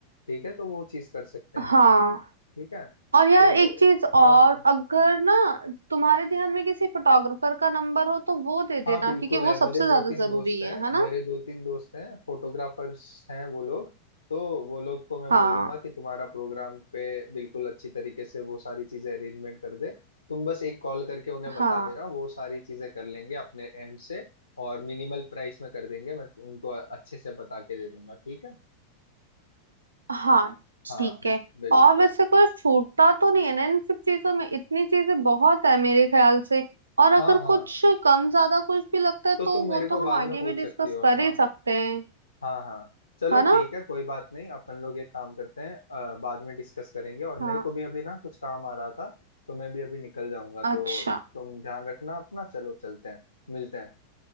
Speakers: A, on the left; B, on the right.
A: ठीक है तो वो चीज कर सकते
B: हाँ
A: हैं ठीक है
B: और यार
A: तो
B: एक चीज और
A: हाँ हाँ
B: अगर ना तुम्हारे ध्यान में किसी फोटोग्राफर का नंबर हो तो वो दे देना
A: हाँ बिल्कुल
B: क्योंकि वो
A: है
B: सबसे
A: मेरे दो
B: ज्यादा
A: तीन
B: जरूरी
A: दोस्त हैं
B: है है ना
A: मेरे दो तीन दोस्त हैं फोटोग्राफर्स हैं वो लोग तो वो लोग को मैं
B: हाँ
A: बोल दूंगा कि तुम्हारा प्रोग्राम पे बिल्कुल अच्छी तरीके से वो सारी चीजें अरेंजमेंट कर दे तुम बस एक कॉल करके उन्हें बता
B: हाँ
A: देना वो सारी चीजें कर लेंगे अपने एंड से और मिनिमल प्राइस में कर देंगे मैं उनको अच्छे से बता के दे दूंगा ठीक है
B: हाँ
A: हाँ
B: ठीक है
A: बिल्कुल
B: और वैसे कोई छूटता तो नहीं है ना इन सब चीजों में इतनी चीजें बहुत है मेरे ख्याल से और अगर
A: हाँ हाँ
B: कुछ कम ज्यादा कुछ भी लगता है
A: तो
B: तो
A: तुम मेरे
B: वो
A: को
B: तो
A: बाद
B: हम आगे
A: में पूछ
B: भी
A: सकती
B: डिस्कस
A: हो
B: कर
A: हाँ
B: ही सकते हैं
A: हाँ हाँ चलो
B: है ना
A: ठीक है कोई बात नहीं अपन लोग एक काम करते हैं अ, बाद में डिस्कस करेंगे और
B: हाँ
A: मेरे को भी अभी ना कुछ काम आ रहा था तो मैं भी अभी निकल जाऊंगा तो
B: अच्छा
A: तुम ध्यान रखना अपना चलो चलते हैं मिलते हैं